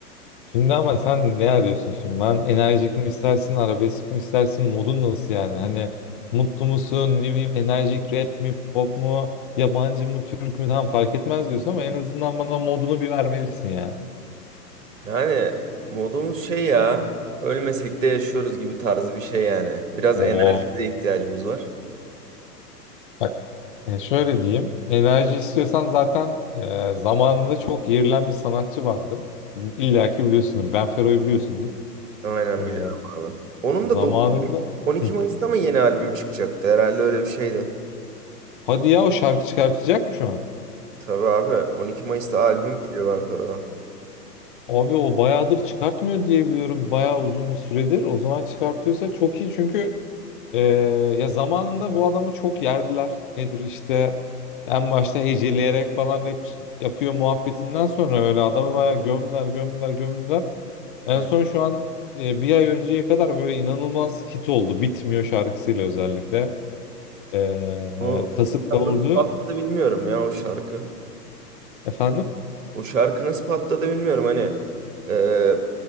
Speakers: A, on the left (about 35°); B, on the right (about 50°).
A: şimdi ama sen ne arıyorsun şimdi? Ben enerjik mi istersin, arabesk mi istersin, modun nasıl yani? Hani mutlu musun, ne bileyim enerjik rap mi, pop mu, yabancı mı, Türk mü tam fark etmez diyorsun ama en azından bana modunu bir vermelisin ya.
B: Yani modumuz şey ya. Ölmesek de yaşıyoruz gibi tarzı bir şey yani. Biraz enerjiye
A: Oo.
B: de ihtiyacımız var.
A: Bak e, şöyle diyeyim. Enerji istiyorsan zaten e, zamanında çok yerilen bir sanatçı vardı. İlla ki biliyorsundur. Ben Fero'yu biliyorsundur.
B: Aynen
A: E,
B: biliyorum abi. Onun
A: zamanında
B: da 9, 12
A: Hı.
B: Mayıs'ta mı yeni albüm çıkacaktı? Herhalde öyle bir şeydi.
A: Hadi ya o şarkı çıkartacak mı şu an?
B: Tabii abi 12 Mayıs'ta albüm geliyor ben Fera'dan.
A: Abi o bayağıdır çıkartmıyor diye biliyorum. Bayağı uzun bir süredir. O zaman çıkartıyorsa çok iyi. Çünkü e, ya zamanında bu adamı çok yerdiler. Nedir işte en başta heceleyerek falan rap yapıyor muhabbetinden sonra öyle adamı bayağı gömdüler, gömdüler, gömdüler. En
B: Hı.
A: son şu an e, bir ay önceye kadar böyle inanılmaz hit oldu. Bitmiyor şarkısıyla özellikle. E,
B: O
A: kasıp
B: mesela
A: kavurdu.
B: nasıl patladı bilmiyorum ya o şarkı.
A: Efendim?
B: O şarkı nasıl patladı bilmiyorum. Hani e,